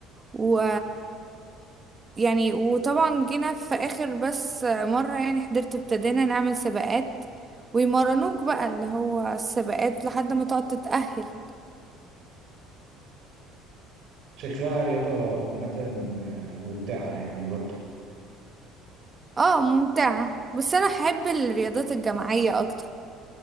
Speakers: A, on the right; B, on the right.
A: و يعني وطبعا جينا في اخر بس مره يعني حضرت ابتدينا نعمل سباقات ويمرنوك بقى اللي هو السباقات لحد ما تقعد تتأهل
B: شكلها رياضة عامة آه، ممتعة يعني برضه
A: اه ممتعه بس انا احب الرياضات الجماعيه اكتر